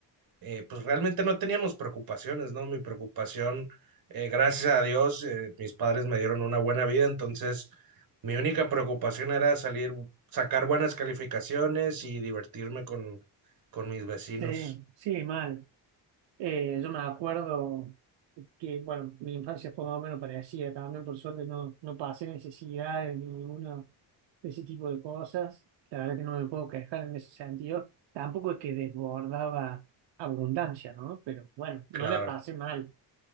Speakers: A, on the right (about 50°); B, on the right (about 70°).
A: eh, pues realmente no teníamos preocupaciones, ¿no? Mi preocupación, eh, gracias a Dios, eh, mis padres me dieron una buena vida, entonces mi única preocupación era salir, sacar buenas calificaciones y divertirme con, con mis vecinos.
B: Sí, sí, mal. Eh, yo me acuerdo que, bueno, mi infancia fue más o menos parecida también, por suerte no, no pasé necesidades ni ninguna de ese tipo de cosas. La verdad que no me puedo quejar en ese sentido. Tampoco es que desbordaba abundancia, ¿no? Pero bueno, no
A: Claro,
B: la pasé mal.